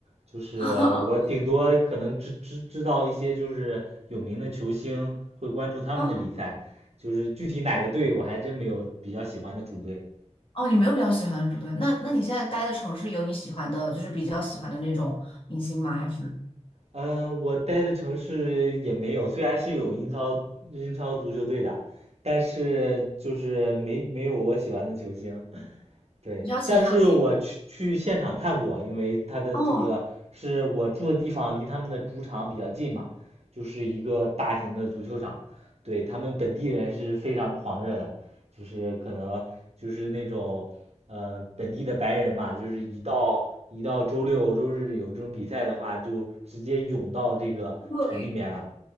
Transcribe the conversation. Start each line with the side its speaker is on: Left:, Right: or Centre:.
Right: 就是我顶多可能知知知道一些就是有名的球星，
Left: <laughs>
Right: 会关注他们的比赛，
Left: 啊，
Right: 就是具体哪个队我还真没有比较喜欢的主队。
Left: 哦，你没有比较喜欢的主队，那那你现在待的城市有你喜欢的，就是比较喜欢的那种明星吗？还是
Right: 嗯、呃我待的城市也没有，虽然是有英超英超足球队的，但是就是没没有我喜欢的球星。对，
Left: 比较前两？
Right: 但是我去去现场看过，因为他的这个是我住的地方离他们的主场比较近嘛，
Left: 哦，
Right: 就是一个大型的足球场，对，他们本地人是非常狂热的，就是可能就是那种呃本地的白人嘛，就是一到一到周六周日有这种比赛的话，就直接涌到这个城里面了。
Left: 对